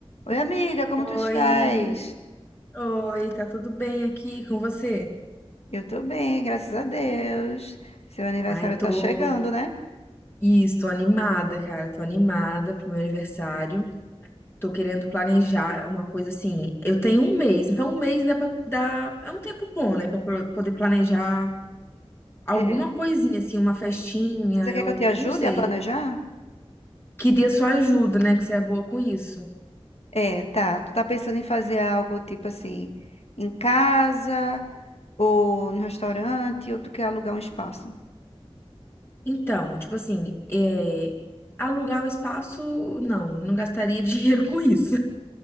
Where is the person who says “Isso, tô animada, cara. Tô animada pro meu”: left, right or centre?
Left